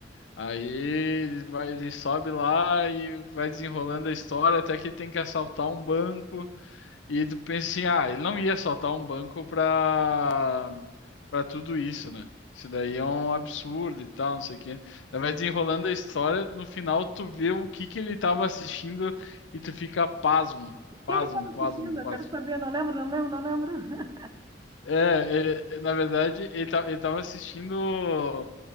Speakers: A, on the left; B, on the right.
A: Aí ele vai, ele sobe lá e vai desenrolando a história até que ele tem que assaltar um banco. E tu pensa assim, ah, ele não ia soltar um banco pra, pra tudo isso, né? Isso daí é um absurdo e tal, não sei o quê. Daí Vai desenrolando a história, no final tu vê o que que ele tava assistindo e tu fica pasmo,
B: que
A: pasmo,
B: que eu tava
A: pasmo,
B: assistindo? Eu
A: pasmo.
B: quero saber, não lembro, não lembro, não lembro.
A: É, é, é, na verdade, ele, ta- ele tava assistindo.